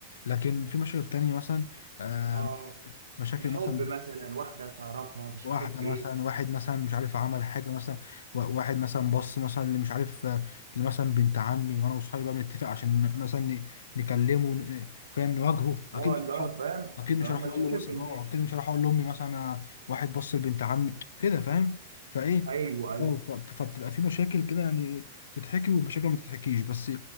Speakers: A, on the left (about 80°); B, on the right (about 85°).
A: لكن في مشاكل تانية مثلا آه
B: اه
A: مشاكل
B: الحب
A: مثلا
B: مثلا واحده بتعرفها مش
A: واحدة
B: عارف ايه
A: مثلا واحد مثلا مش عارف عمل حاجة مثلا و- واحد مثلا بص مثلا اللي مش عارف آه، اللي مثلا بنت عمي وانا واصحابي بقى بنتفق عشان مثلا ن- نكلمه ن- فاهم نواجهه اكيد
B: اه
A: مش
B: لا
A: هروح
B: فاهم
A: اكيد مش
B: آه،
A: هروح
B: مشاكل
A: اقول له مثلا
B: من
A: اه
B: دي
A: اكيد مش هروح اقول لامي مثلا آه، واحد بص لبنت عمي كده فاهم فايه
B: ايوه ايوه
A: اه ف- فبتبقى في مشاكل كده يعني تتحكي ومشاكل ما تتحكيش بس